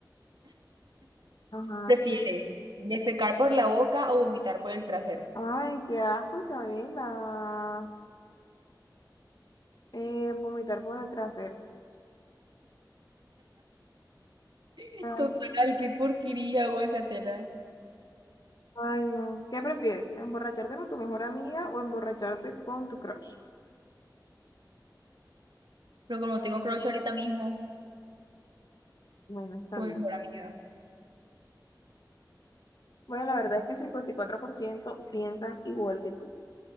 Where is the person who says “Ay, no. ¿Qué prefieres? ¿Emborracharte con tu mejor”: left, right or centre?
Left